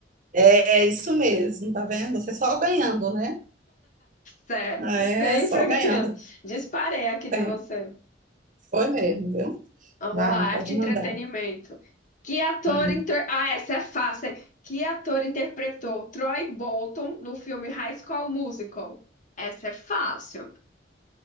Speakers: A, on the right; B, on the left.
A: é isso mesmo, tá vendo? Você só ganhando, né?
B: Certo,
A: É,
B: sempre
A: só ganhando
B: <laughs> ganhando. Disparei aqui
A: tempo.
B: de você.
A: Foi mesmo, viu?
B: Vamos
A: Vá,
B: lá,
A: pode
B: arte e entretenimento.
A: mandar.
B: Que ator
A: Hum.
B: inter... Ah, essa é fácil. hein? Que ator interpretou Troy Bolton no filme High School Musical? Essa é fácil.